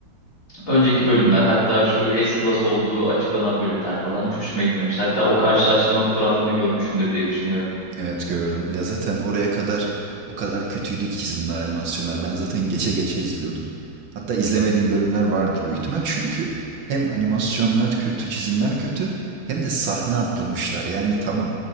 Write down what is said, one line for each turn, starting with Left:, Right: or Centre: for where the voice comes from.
Left: önceki bölümler hatta şu S-Class olduğu açıklanan bölümler falan hiç hoşuma gitmemiş. Hatta o karşılaştırma fotoğraflarını görmüşsündür diye düşünüyorum.
Right: Evet gördüm. Ya zaten oraya kadar o kadar kötüydü ki çizimler, animasyonlar. Ben zaten geçe geçe izliyordum. Hatta izlemediğim bölümler vardır büyük ihtimal. Çünkü hem animasyonlar kötü, çizimler kötü hem de sahne atlamışlar. Yani tamam